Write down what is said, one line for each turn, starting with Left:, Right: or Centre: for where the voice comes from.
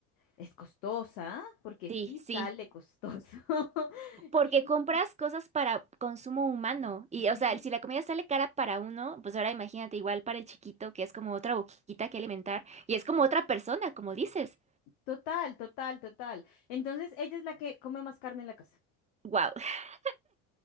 Left: Es costosa, porque sí
Right: Sí, sí.
Left: sale costoso. <laughs>
Right: Porque compras
Left: Y-
Right: cosas para consumo humano. Y,
Left: Ujú.
Right: o sea, si la comida sale cara para uno, pues ahora imagínate igual para el chiquito, que es como otra boquita que alimentar. Y es como otra persona, como dices.
Left: Total, total, total. Entonces, ella es la que come más carne en la casa.
Right: Wow. <laughs>